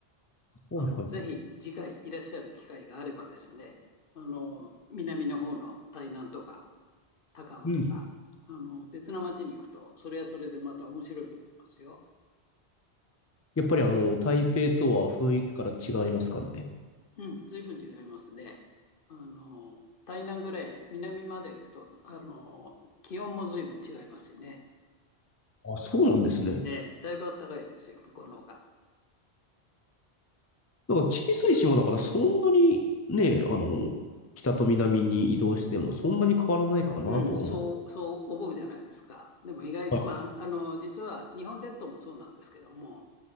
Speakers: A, on the left; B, on the left.
A: いはいはい。
B: あのぜひ次回いらっしゃる機会があればですね、あの南の方の台南とか高尾とか、
A: うん。
B: あの別の町に行くと、それはそれでまた面白いと思いますよ。
A: やっぱりあの、台北とは雰囲気から違いますかね。
B: うん、随分違いますね。あの台南ぐらい南まで行くと、あの気温も随分違いますしね、
A: あ、あそうなんですね。
B: ええだいぶ暖かいですよ、向こうの方が。
A: なんか小さい島だからそんなにね、あの、北と南に移動してもそんなに変わらないかなとは思う。
B: うん、そう、そう思うじゃないですか。でも意外と、
A: は
B: まあ、あの、実は日本列島もそうなんですけども、